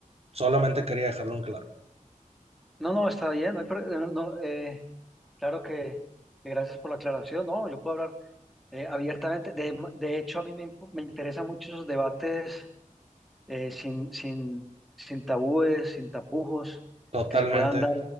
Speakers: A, on the right; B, in the centre.
A: Solamente quería dejarlo en claro.
B: No, no, está bien. No, hay pro- eh, no, eh, claro que que gracias por la aclaración. No, yo puedo hablar eh, abiertamente. De, de hecho, a mí me, imp- me interesan mucho esos debates eh, sin, sin, sin tabúes, sin tapujos,
A: Totalmente,
B: que se puedan dar